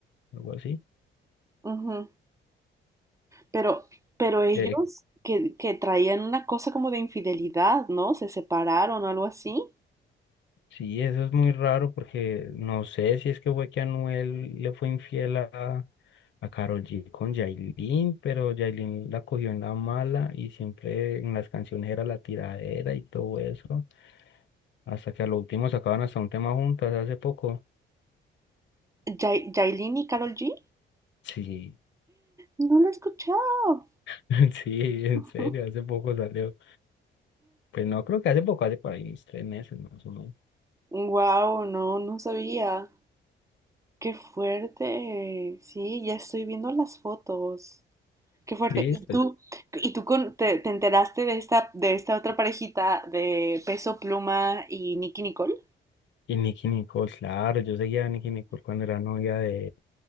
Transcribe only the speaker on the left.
algo así.
Eh,
Sí, eso es muy raro porque no sé si es que fue que Anuel le fue infiel a, a Karol G con Yailin, pero Yailin la cogió en la mala y siempre en las canciones era la tiradera y todo eso, hasta que a lo último sacaban hasta un tema juntas hace poco.
Sí,
<laughs> sí,
en serio, hace poco salió. Pues no creo que hace poco, hace por ahí unos tres meses más o menos.
Sí,
estoy-
y Nicki Nicole, claro, yo seguía a Nicki Nicole cuando era novia de,